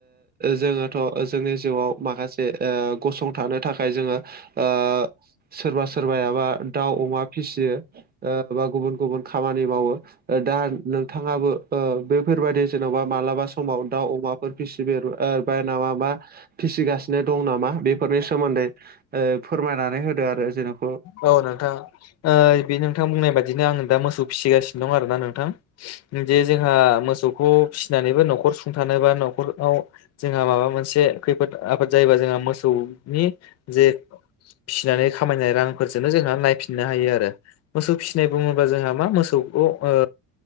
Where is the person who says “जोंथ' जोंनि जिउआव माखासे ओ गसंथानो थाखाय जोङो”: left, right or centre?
Right